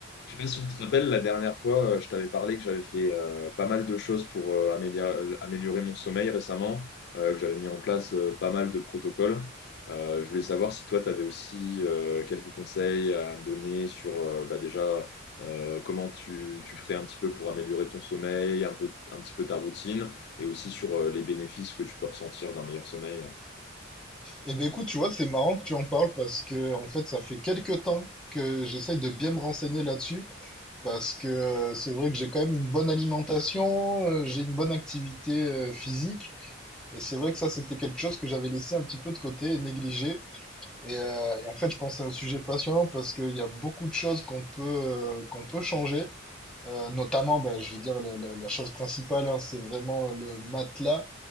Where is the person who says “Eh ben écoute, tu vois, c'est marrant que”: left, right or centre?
Centre